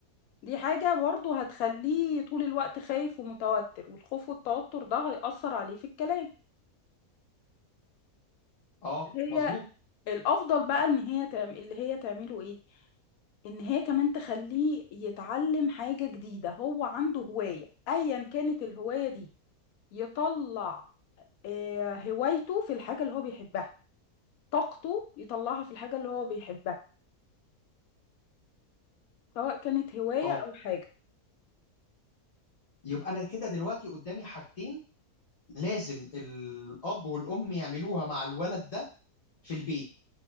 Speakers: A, on the left (about 70°); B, on the left (about 45°).
A: دي حاجة برضه هتخليه طول الوقت خايف ومتوتر والخوف والتوتر ده هيأثر عليه في الكلام
B: اه
A: هي
B: مظبوط
A: الأفضل بقى إن هي تعم... اللي هي تعمله إيه إن هي كمان تخليه يتعلم حاجة جديدة هو عنده هواية أيا كانت الهواية دي يطلع آه، هوايته في الحاجة اللي هو بيحبها طاقته يطلعها في الحاجة اللي هو بيحبها سواء كانت هواية
B: اه
A: أو حاجة
B: يبقى انا كده دلوقتي قدامي حاجتين لازم الاب والام يعملوها مع الولد ده في البيت